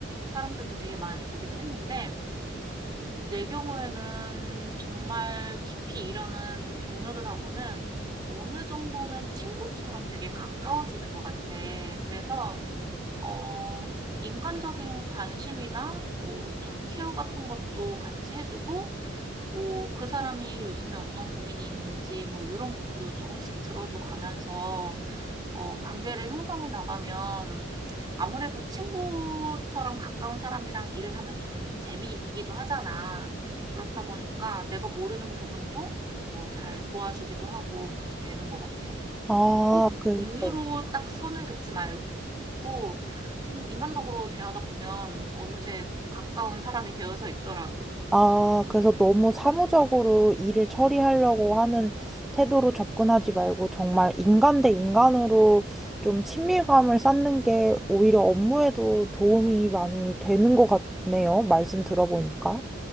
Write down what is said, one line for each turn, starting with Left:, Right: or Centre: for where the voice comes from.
Right: 사람들도 되게 많이 보기는 했는데, 내 경우에는 정말 깊이 일하는 동료들하고는 어느 정도는 친구처럼 되게 가까워지는 것 같아. 그래서, 어, 인간적인 관심이나 뭐 좀 케어 같은 것도 같이 해주고, 뭐, 그 사람이 요즘에 어떤 고민이 있는지, 뭐, 이런 부분도 조금씩 들어줘 가면서, 어, 관계를 형성해 나가면, 아무래도 친구처럼 가까운 사람이랑 일을 하면 좀 재미있기도 하잖아. 그렇다 보니까 내가 모르는 부분도 뭐 잘 도와주기도 하고 그렇게 되는 것 같아.
Centre: 아,
Right: 꼭
Centre: 그,
Right: 동료로
Centre: 네.
Right: 딱 선을 긋지 말고, 음, 인간적으로 대하다 보면 어느새 가까운 사람이 되어서 있더라고.
Centre: 아, 그래서 너무 사무적으로 일을 처리하려고 하는 태도로 접근하지 말고 정말 인간 대 인간으로 좀 친밀감을 쌓는 게 오히려 업무에도 도움이 많이 되는 것 같네요. 말씀 들어보니까.